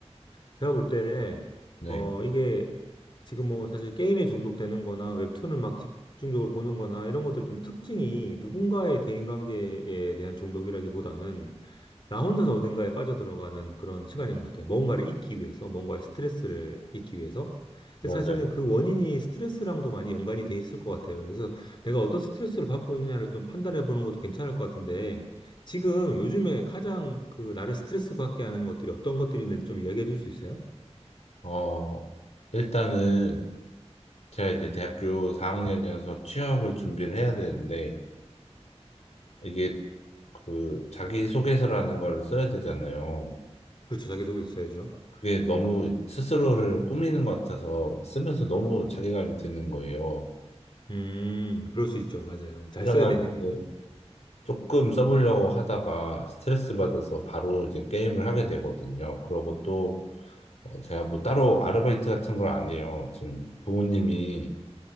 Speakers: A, on the left; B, on the left.
A: 제가 볼 때,
B: 네,
A: 어, 이게 지금 뭐 사실 게임에 중독되는 거나 웹툰을 막 집중적으로 보는 거나 이런 것들이 좀 특징이 누군가의 대인관계에 대한 중독이라기보다는 나 혼자서 어딘가에 빠져들어가는 그런 시간인 것 같아요. 뭔가를 잊기 위해서, 뭔가의 스트레스를 잊기 위해서.
B: 맞아요.
A: 근데 사실은 그 원인이 스트레스랑도 많이 연관이 돼 있을 것 같아요. 그래서 내가 어떤 스트레스를 받고 있느냐를 좀 판단해 보는 것도 괜찮을 것 같은데, 지금 요즘에 가장 그 나를 스트레스 받게 하는 것들이 어떤 것들이 있는지 좀 이야기해 줄 수 있어요?
B: 어, 일단은 제가 이제 대학교 4학년이어서 취업을 준비를 해야 되는데, 이게 그 자기소개서라는 걸 써야 되잖아요.
A: 그렇죠. 자기소개 있어야죠.
B: 그게 너무 스스로를 꾸미는 것 같아서 쓰면서 너무 자괴감이 드는 거예요.
A: 음, 그럴 수 있죠. 맞아요. 잘
B: 일어나면은
A: 써야 되니까, 그죠?
B: 조금 써보려고 하다가 스트레스 받아서 바로 이제 게임을 하게 되거든요. 그러고 또 어, 제가 뭐 따로 아르바이트 같은 걸 안 해요. 지금 부모님이